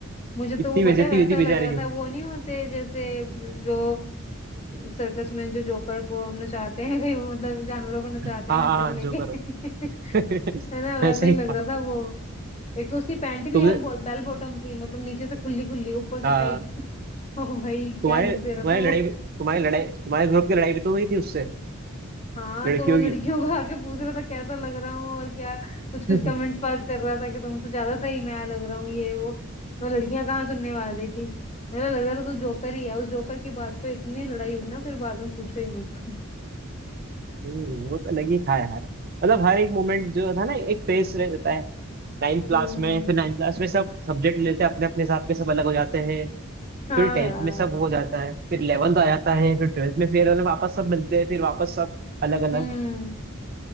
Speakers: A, on the left; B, on the right.
A: मुझे
B: इतनी
A: तो वो पता
B: बेइज्जती
A: है वैसा
B: हुई थी बेचारे
A: लग रहा
B: की
A: था वो नहीं होते जैसे जो सर्कस में जो जोकर को नचाते हैं कहीं वो मतलब जानवरों को नचाते
B: हाँ
A: हैं हंटर
B: हाँ हाँ
A: लेके
B: जो करो <laughs>
A: <laughs> है ना वैसा
B: ऐसे
A: ही
B: ही था
A: लग रहा था वो एक तो उसकी पैंट भी
B: तुमने
A: यार बेल बॉटम थी मतलब नीचे से खुली खुली ऊपर से
B: हाँ
A: टाइट <laughs> ओ भाई
B: तुम्हारी
A: क्या लुक
B: तुम्हारी
A: दे रहा था वो
B: लड़ाई तुम्हारी लड़ाई तुम्हारे ग्रुप की लड़ाई भी तो हुई थी उससे
A: हाँ
B: लड़कियों
A: तो वो लड़कियों
B: की
A: को आके पूछ रहा था कैसा लग रहा हूँ और क्या कुछ कुछ
B: <laughs>
A: कमेंट्स पास कर रहा था कि तुमसे ज्यादा सही मैं लग रहा हूँ ये वो तो लड़कियां कहाँ सुनने वाली थी मेरा लग रहा था तू जोकर ही है उस जोकर की बात पे इतनी लड़ाई हुई ना फिर बाद में पूछो ही मत
B: हम्म, वो तो लगी था यार मतलब हर एक मोमेंट जो था ना एक फेस रहता है नाइन्थ क्लास
A: हम्म
B: में फिर नाइन्थ क्लास में सब सब्जेक्ट लेते हैं अपने अपने हिसाब के सब अलग हो जाते हैं
A: हाँ
B: फिर टेंथ
A: यार
B: में सब हो जाता है फिर 11th आ जाता है फिर ट्वेल्थ में फिर मतलब वापस सब मिलते हैं फिर वापस सब अलग अलग
A: हम्म